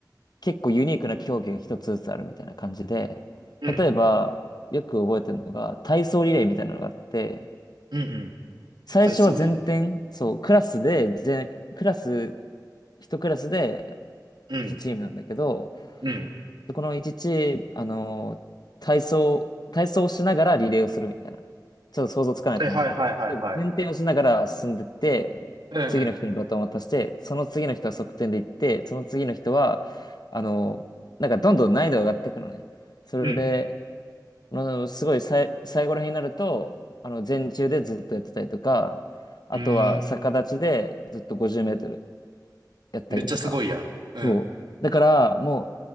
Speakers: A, on the left; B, on the right.
A: 結構ユニークな競技が一つずつあるみたいな感じで、
B: うん。
A: 例えば、よく覚えてるのが、体操リレーみたいなのがあって、
B: うんうん。
A: 最初は全点、
B: 体操リレー。
A: そう、クラスで、全、クラス、一クラスで
B: うん。
A: 1チームなんだけど、
B: うん。
A: この1チーム、あの体操、体操をしながらリレーをするみたいな。ちょっと想像つかないと思うんだけど、
B: はいはいはいはいはい。
A: 例えば前転をしながら進んでって、
B: うん
A: 次の人にバトンを渡して、その次の人は側転で行って、その次の人は、あのなんかどんどん難易度が上がっていくのね。それで、
B: うん。
A: あの、すごいさい、最後ら辺になると、あの、前中でずっとやってたりとか、あとは逆立ちでずっと50メートル
B: うん。うーん。
A: やったりとか。
B: めっちゃすごいやん。うん。
A: そう。だから、もう、